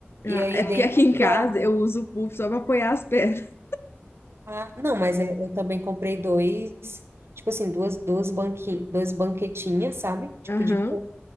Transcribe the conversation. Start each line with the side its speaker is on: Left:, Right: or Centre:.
Left: Ah,
Right: e aí
Left: É porque
Right: dentro
Left: aqui em casa
Right: guarda.
Left: eu uso o puff só pra apoiar as pernas.
Right: Ah, não, mas é- eu também comprei dois, tipo assim, duas, duas banquinhas, duas banquetinhas, sabe? Tipo
Left: Aham.
Right: de puff,